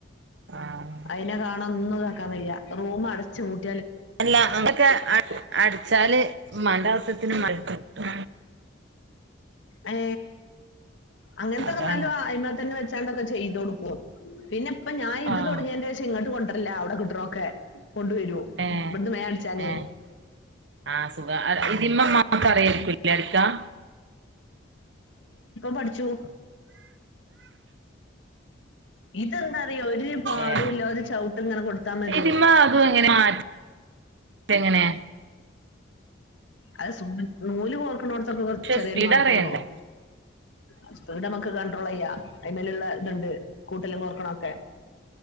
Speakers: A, on the right; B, on the left.
A: ആഹ്
B: അതിനെ കാണാ തൊന്നും ഇതാക്കാൻവയ്യാ റൂമടച്ചു പൂട്
A: അല്ല അതൊക്കെ അഡ് അടിച്ചാല് ഉമ്മാന്റാവശ്യത്തിന് ഉമ്മാന് കിട്ടും.
B: ഏ അങ്ങനത്തെക്കെ
A: അതാണ്
B: എന്നാലും ആയിന്മേൽ തന്നെ വെച്ചാണ്ടൊക്കെ ചെയ്ത് കൊടുക്കുവോ പിന്നിപ്പം ഞാൻ ഇത്
A: ആഹ്
B: തുടങ്ങിയതിന്റെഷം ഇങ്ങോട്ട് കൊണ്ട അതല്ല <unintelligible> ത്രൊക്കെ കൊണ്ടുവര്വോ
A: ഏഹ്
B: ഇവിടുന്ന് വേം അടിച്ചാലേ
A: ഏഹ് ആഹ് സുഖ ഇതിമ്മെ ഉമ്മാക്ക് അറിയായിരിക്കൂല്ലേ അടിക്കാൻ
B: പഠിച്ചു. ഇതെന്താറിയാ ഒരു പാടുവില്ല
A: ഏഹ്
B: ഒരു ചവിട്ട് ഇങ്ങനെ കൊടുത്താ മതി.
A: ഇതിമ്മെ അതും എങ്ങനെ മാറ്റ എങ്ങനെ
B: അത് <unintelligible>
A: പക്ഷെ
B: <unintelligible> ചെറിയൊരു
A: സ്പീഡ്
B: മാറ്റുള്ളു
A: അറിയണ്ടേ
B: വസ്തു <unintelligible> <unintelligible> ഇതുണ്ട് കൂട്ടലും കൊറക്കണൊക്കെ